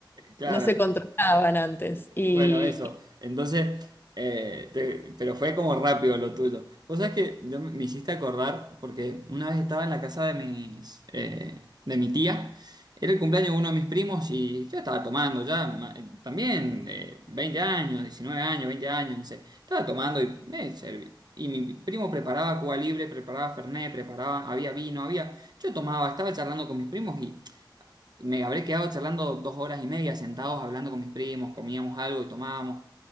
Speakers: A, on the right; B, on the left.
A: Claro.
B: no se controlaban antes. Y,
A: Bueno, eso.
B: y-
A: Entonces, eh, te- pero fue como rápido lo tuyo. Vos sabés que yo me me hiciste acordar, porque una vez estaba en la casa de mis, eh, de mi tía, era el cumpleaños de uno de mis primos y yo estaba tomando ya, ma- eh, también eh, 20 años, 19 años, 20 años, no sé. Estaba tomando y me serví. Y mi primo preparaba Cuba Libre, preparaba Fernet, preparaba, había vino, había... Yo tomaba, estaba charlando con mis primos me habré quedado charlando dos horas y media sentados hablando con mis primos, comíamos algo y tomábamos.